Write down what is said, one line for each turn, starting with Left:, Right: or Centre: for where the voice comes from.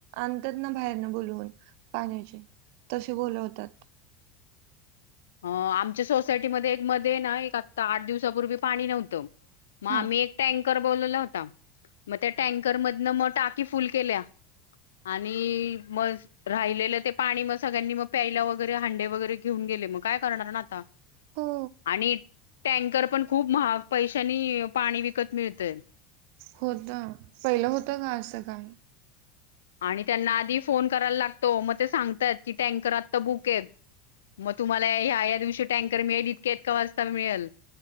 Right: आणतात ना बाहेरन बोलवून पाण्याचे तसे बोलवतात.
Left: अ आमच्या सोसायटीमध्येध्ये एक मध्ये ना एक आता आठ दिवसापूर्वी पाणी नव्हतं. मग आम्ही
Right: हा
Left: एक टँकर बोलल होत. मग त्या टँकर मध मग टाकी फुल केल्या आणि मग राहिलेलं ते पाणी मग सगळ्यांनी मग प्यायला वगैरे हांडे वगैरे घेऊन गेले मग. काय करणार ना आता?
Right: हो
Left: आणि टँकर पण खूप महाग पैशानी पाणी विकत मिळतय.
Right: होत पहिलं होतं का असं काय?
Left: आणि त्यांना आधी फोन करायला लागतो मग ते सांगतात की टँकर आत्ता बुक आहेत मग तुम्हाला ह्या ह्या या दिवशी टँकर मिळेल इतक्या इतक्या वाजता मिळेल